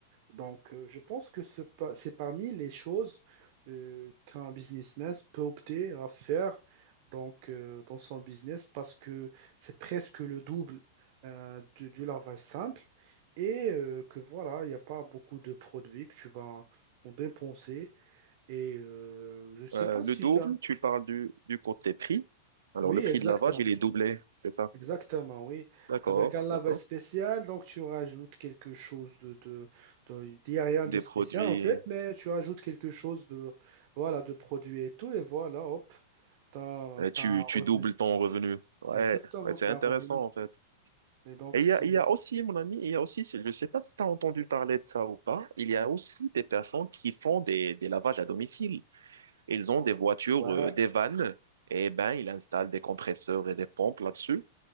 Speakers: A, on the right; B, on the right.
A: Donc, euh, je pense que ce pa- c'est parmi les choses euh, qu'un businessman peut opter à faire donc, euh, dans son business parce que c'est presque le double euh, du, du lavage simple et euh, que voilà, il n'y a pas beaucoup de produits que tu vas en dépenser. Et euh, je ne sais
B: Euh,
A: pas
B: le
A: si
B: double,
A: tu as...
B: tu parles du, du côté prix. Alors
A: Oui,
B: le prix
A: exact.
B: de lavage, il est doublé, c'est ça?
A: Exactement, oui.
B: D'accord,
A: Avec un lavage
B: d'accord.
A: spécial, donc tu rajoutes quelque chose de, de, de- il n'y a rien
B: Des
A: de spécial
B: produits,
A: en fait, mais tu rajoutes quelque chose de, voilà, de produit et tout, et voilà, hop, t'as,
B: euh, tu,
A: t'as un
B: tu
A: revenu.
B: doubles ton revenu. Ouais,
A: Exactement,
B: ouais, c'est
A: t'as
B: intéressant
A: un revenu.
B: en fait.
A: Et donc,
B: Et il
A: si,
B: y a, il y a aussi, mon ami, il y a aussi, je ne sais pas si tu as entendu parler de ça ou pas, il y a aussi des personnes qui font des, des lavages à domicile. Ils ont des voitures,
A: ouais.
B: euh, des vannes, et ben, ils installent des compresseurs et des pompes là-dessus